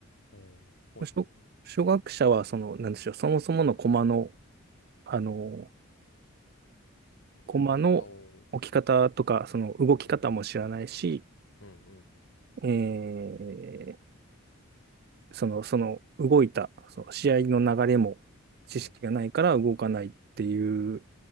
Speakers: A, on the left; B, on the right.
A: おー、ほいほいほい。
B: 初、初学者は、その、なんでしょう、そもそもの駒の、あの
A: 動き方を、
B: コマの置き方とか、その動き方も知らないし、
A: うん、うん、うん、
B: えーその、その動いた、その試合の流れも知識がないから動かないっていう
A: うん、